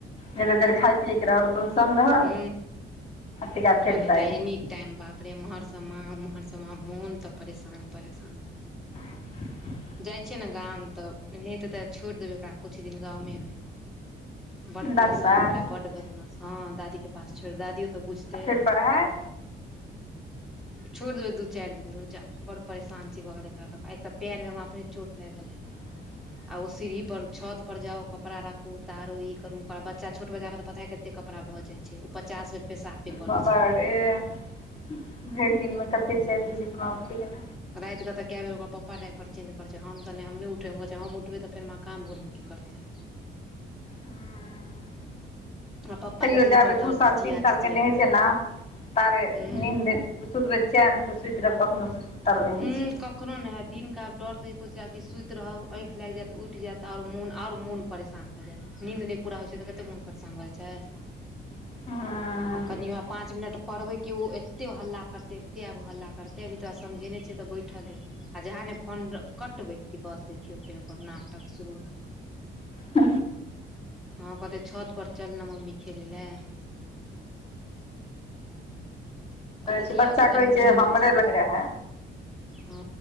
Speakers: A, on the left; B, in the centre.
A: जते देर खाय पियए के रहल, ओते संग रहल।
B: हू।
A: तहिया फेर
B: आ नहि
A: साइड
B: तऽ एनी टाइम बापरे, एम्हरसँ माँ। ओम्हरसँ माँ मोन तऽ परेशान -परेशान।
A: <unintelligible>
B: जाइ छियै ने गाम तऽ नइ हेतै तऽ छोड़ि देबै एकरा कुछ दिन गामेमे। बड परेशान
A: दादी पास
B: करे ह,
A: आ
B: बड बदमाश, हँ दादी के पास छोड़ दादियो तऽ बुझ तै,
A: फेर पढ़ाइ
B: छोड़ि देबै दू चारि दिन धूर जाउ! बड़ परेशान छी भऽ गेल छी हम एकरा ल क, आइ तऽ पैरमे हमरा अपने चोट लागि गेऽल हे।
A: <inaudible>
B: आ ओ सीढ़ी पर छतपर जाउ, कपड़ा राखू, उतारू, ई करू, ओ करू, बच्चा छोट बच्चाके तऽ पता कते कपड़ा भऽ जाइ छै, ओ पचास बेर पेशाबे करै
A: बबा
B: छै
A: डे, भरि दिनमे कते चेंजी जेका उठइयै।
B: रातिकेँ त कए बेर ओकर पप्पा डाइपर चेंज करै छै, हम तऽ नहि हम नहि उठैमे, कहै छै हम उठबै तऽ फेर हमाँ काम भोरमे के करतै।
A: हँ।
B: आ पप्पा
A: तैयो
B: के देखैत
A: जाबे
B: रहतै
A: दू
B: आओर
A: साल,
B: चिचिया
A: तीन साल
B: चिचिया
A: के नहे होइ
B: कऽ
A: छै ने, ताबे
B: हूँ
A: नीन्द सुतबै चैनसँ सुति रहब, कखनो सुतल नहि होइ
B: उं
A: छै।
B: कखनो नहि होय, दिनक आब डरसँ एको छै आबी सुति रहब, आँखि लागि जायत, उठि जात, आओर मो आओर मोन परेशान भऽ जैत। नींन्द नहि पूरा होइ छै, तऽ कते मोन परेशान भऽ जाइ छै।
A: होइ
B: आ कनि होवए पांच मिनट परबै, कि ओ एते हल्ला करते एते आब ओ हल्ला तते भी तोरा समझेने छियै तऽ बैठले हे। आ जहाँ ने फोन कटबै, कि बस देखियौ फेर ओकर नाटक शुरू।
A: ह <inaudible>
B: हँ कहतै छत पर चल ने मम्मी खेलै लए। अतऽ
A: छै
B: धिया
A: बच्चा
B: पुता
A: कहै
B: नै
A: छै हमरे
B: ने छै।
A: लग रहै
B: हँ